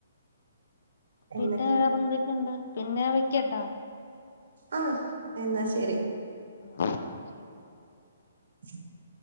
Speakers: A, on the left; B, on the right.
A: പിന്നെ
B: എന്നിട്ട്
A: വേറെ എന്തൊക്കെയുണ്ട് പിന്നെ വെക്കട്ടാ
B: ആഹ് എന്നാ ശരി
A: ആ ശരി
B: ശ <unintelligible>